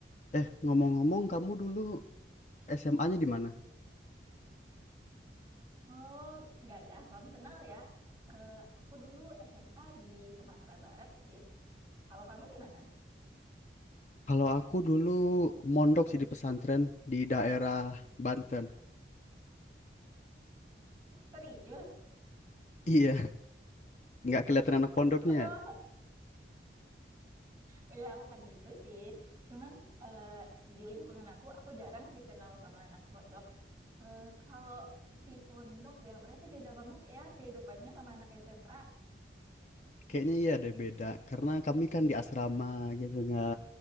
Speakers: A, on the left (about 40°); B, on the right (about 15°).
A: Eh, ngomong-ngomong, kamu dulu SMA-nya di mana?
B: Oh, Gaga, salam kenal ya. Eh, aku dulu SMA di Sumatera Barat sih. Kalau kamu gimana?
A: Kalau aku dulu mondok sih di pesantren di daerah Banten. <laughs>
B: Serius?
A: Iya, nggak kelihatan anak pondoknya.
B: Oh,
A: ya?
B: oh ya bukan gitu sih. Cuman eh, di lingkungan aku, aku jarang sih kenal sama anak pondok. Eh, kalau di pondok ya, berarti beda banget ya kehidupannya sama anak SMA.
A: Kayaknya iya deh beda. Karena kami kan di asrama gitu, nggak